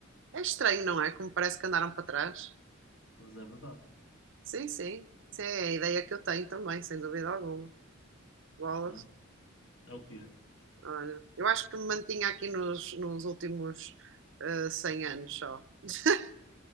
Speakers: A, on the right; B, on the left.
A: É estranho, não é? Como parece que andaram para trás.
B: Mas é verdade.
A: Sim, sim. Sim, é a ideia que eu tenho também, sem dúvida alguma. Bolas.
B: Portanto, é o que é.
A: Olha, eu acho que me mantinha aqui nos, nos últimos eh, 100 anos só. <laughs>